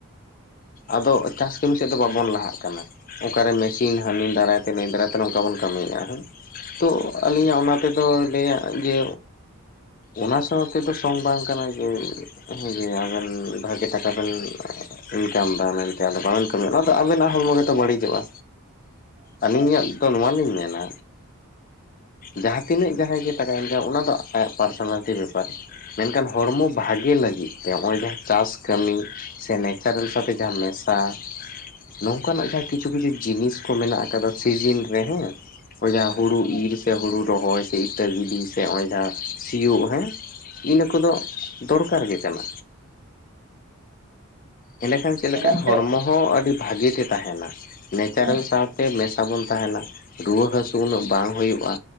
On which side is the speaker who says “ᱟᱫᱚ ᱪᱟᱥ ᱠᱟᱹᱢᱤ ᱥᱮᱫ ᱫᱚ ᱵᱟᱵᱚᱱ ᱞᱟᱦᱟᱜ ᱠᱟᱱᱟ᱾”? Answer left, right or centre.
Left